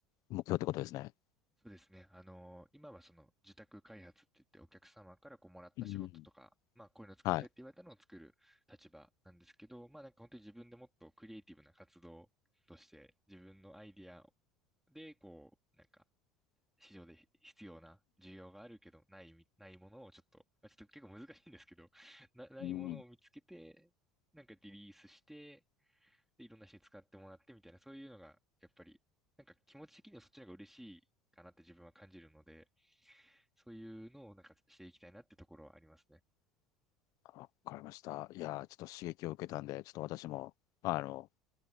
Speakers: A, on the left (about 50°); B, in the centre.
A: 目標ってことですね。
B: そうですね。あの、今はその自宅開発って言ってお客様からこうもらった仕事とか、
A: うん。
B: まあこういうの作ってって言われたのを作る立場なんですけど、
A: はい。
B: まあなんか本当に自分でもっとクリエイティブな活動として自分のアイディアでこうなんか市場で必要な需要があるけどないみ、ないものをちょっと、まあ、ちょっと結構難しいんですけど、<laughs> な、ないものを見つけて、
A: うん
B: なんかリリースして、で、いろんな人に使ってもらってみたいな、そういうのが、やっぱり、なんか気持ち的にはそっちの方が嬉しいかなって自分は感じるので、そういうのをなんかしていきたいなってところはありますね。
A: わかりました。いやー、ちょっと刺激を受けたんで、ちょっと私も、まあの、